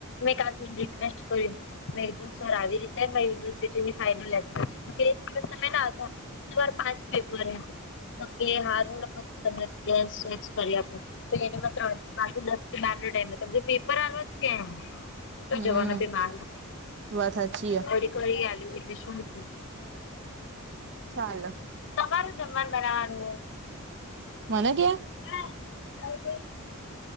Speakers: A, on the left; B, on the right.
A: કાજુ રિક્વેસ્ટ કર્યું. મે સર આવી રીતે યુનિવર્સિટીની ફાઈનલ એક દિવસ તમે હતા. દવાર પાંચ પેપર હ. એ હારુને, તમને ડેસ ચેનજ કરી આપ, તો એને ત્રણ બાર નો ટાઈમ હતો પેપર હાલવા છ કેમ, શું
B: હમ
A: જવાનું ભાઈ માર,
B: વાત સાચી હ
A: ઘડી કરી આલ્યું એટલે શું,
B: ચાલો,
A: અમારું જમવાનું બનાવવાનું,
B: મને કે હ,
A: હ <unintelligible>